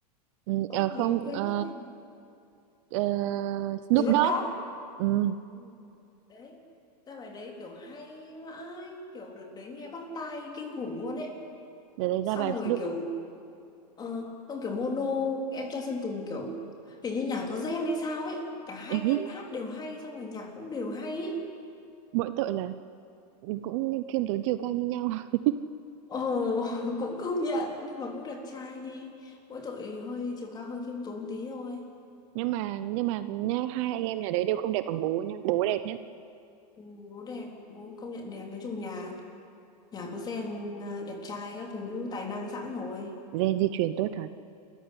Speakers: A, on the right; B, on the left.
A: Ừ,
B: ông
A: ờ, không
B: gì em quên
A: ờ,
B: mất tên rồi.
A: ờ, Snoop
B: Snoop
A: Dogg
B: Dogg
A: ừ,
B: ừ. đấy ra bài đấy kiểu hay vãi kiểu đợt đấy nghe bắt tai kinh khủng luôn ấy
A: để đấy
B: xong
A: ra bài
B: rồi
A: Snoop
B: kiểu ờ, xong kiểu mono em trai Sơn Tùng kiểu hình như nhà có gen hay sao ấy cả hai
A: <laughs>
B: anh em hát đều hay xong rồi nhạc cũng đều hay ấy
A: mỗi tội là cũng khiêm tốn chiều cao như nhau <laughs>
B: Ồ, <laughs> cũng công nhận nhưng mà cũng đẹp trai đi mỗi tội hơi chiều cao hơi khiêm tốn tí thôi
A: nhưng mà nhưng mà nha, hai anh em nhà đấy đều không đẹp bằng bố nha bố đẹp nhất
B: ừ, bố đẹp bố công nhận đẹp nói chung nhà nhà có gen à, đẹp trai các thứ tài năng sẵn rồi
A: gen di truyền tốt thật